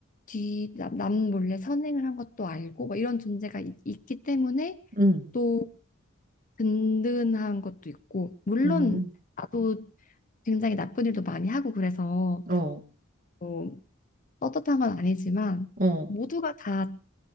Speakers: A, on the left; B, on the right.
A: 뒤 남 몰래 선행을 한 것도 알고 뭐 이런 존재가 있, 있기 때문에
B: 음,
A: 또 든든한 것도 있고 물론
B: 음,
A: 나도 굉장히 나쁜 일도 많이 하고 그래서
B: 어,
A: 뭐 떳떳한 건 아니지만
B: 어,
A: 모두가 다